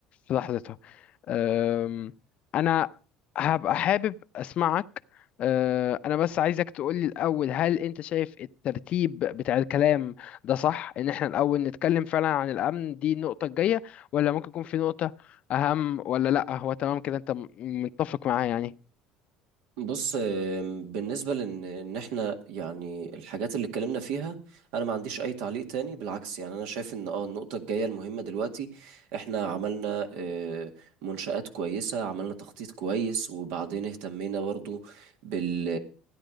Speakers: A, on the left; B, on the right.
A: في لحظتها أم، انا هبقى حابب اسمعك أه، انا بس عايزك تقولي الاول هل انت شايف الترتيب بتاع الكلام ده صح ان احنا الاول نتكلم فعلا عن الامن دي النقطه الجايه ولا ممكن يكون في نقطه اهم ولا لا هو تمام كده انت م- متفق معايا يعني
B: بص آم، بالنسبة لإن إن إحنا يعني الحاجات اللي اتكلمنا فيها أنا ما عنديش أي تعليق تاني بالعكس يعني أنا شايف إن أه النقطة الجاية المهمة دلوقتي إحنا عملنا آه، منشآت كويسة عملنا تخطيط كويس وبعدين اهتمينا برضو بال